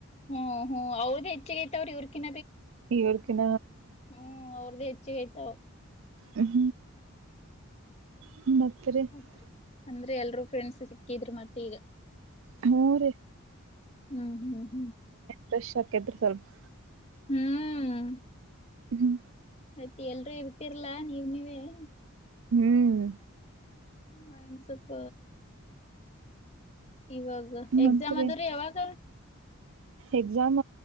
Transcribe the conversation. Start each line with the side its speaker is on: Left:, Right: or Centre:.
Left: ಹ್ಮ್ ಹ್ಮ್ ಹೌದೇತಿ ಚೇಾ ಅವ್ರ ಇವರ್ಕಿಿ
Right: <inaudible>
Left: ಹ್ಮ್ ಅವ್ರ್ದ ಹೆಚ್ಚು ಹೆ ತ
Right: ಹ್ಮ್ ಹ್ಮ್ ಮತ್ತ ್ರೇ <unintelligible>
Left: ಮತ್ರಿ ಅಂದ್ರೆ ಎಲ್ರೂ ಫ್ರೆಂಡ್ಸ್ ಸಿಕ್ಕಿದ್ರು ಮತ್ತೆ ಈಗ
Right: ಹ್ಮ ರೀ
Left: ಹ್ಮ್ ಹ್ಮ್
Right: ದೃಶ್ಯಕೇತ್ರಸಲ್ಮ <unintelligible>
Left: ಹ್ಮ್
Right: ಹ್ಮ್
Left: ಮತ್ತೆ ಎಲ್ರುೂ ಇರ್ತಿರ್ಲಾ ನೀವ ನೀವೇ ಹ
Right: ಹ್ಮ್
Left: ಮೈಂಡ್ಸಪ್ಪ ಇವಾಗ ಎಕ್ಸಾಮ್
Right: ಮತ್ರಿ
Left: ಆದದ್ರೆ ಯಾವಾಗ
Right: ಎಕ್ಸಾಮ